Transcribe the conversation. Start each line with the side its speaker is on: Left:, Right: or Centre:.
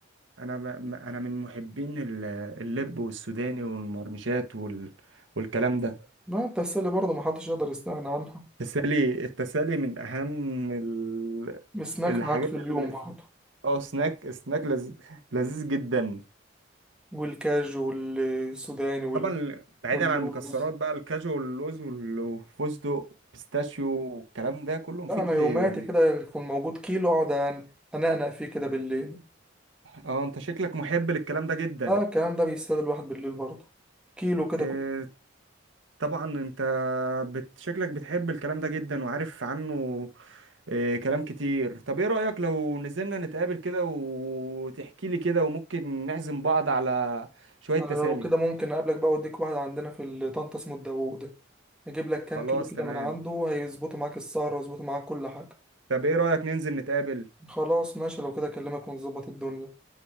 Right: انا ما ما- انا من محبين ال- اللب والسوداني والمرمشات وال... والكلام ده
Centre: ما التسلي برضه محدش يقدر يستغنى عنها
Right: التسالي التسالي من اهم ال...
Centre: السناك
Right: الحاجات
Centre: معاك في اليوم
Right: اللي
Centre: برضه
Right: في- اه سناك سناك لذ... لذيذ جدا
Centre: والكاجو والسوداني وال...
Right: طبعا بعيدا
Centre: واللوز
Right: عن المكسرات بقى الكاجو واللوز وال- والفستق بيستاشيو والكلام ده كله مفيد
Centre: أنا
Right: ل...
Centre: يوماتي
Right: ل-
Centre: كده يكون موجود كيلو أقعد أن- أنقنق فيه كده بالليل
Right: اه انت شكلك محب للكلام ده جدا
Centre: آه الكلام ده بيستاهل الواحد بالليل برضه كيلو كده
Right: آه،
Centre: كل-
Right: طبعا انت بت- شكلك بتحب الكلام ده جدا وعارف عنه آه، كلام كتير طب ايه رأيك لو نزلنا نتقابل كده وتحكي لي كده وممكن نعزم بعض على شوية
Centre: أنا
Right: تسالي
Centre: لو كده ممكن أقابلك بقى وأديك واحد عندنا في ال- طنطا اسمه الداوود أجيب لك
Right: خلاص
Centre: كام كيلو كده
Right: تمام
Centre: من عنده هيظبطوا معاك السهرة ويظبطوا معاك كل حاجة
Right: طب ايه رأيك ننزل نتقابل
Centre: خلاص ماشي لو كده أكلمك ونظبط الدنيا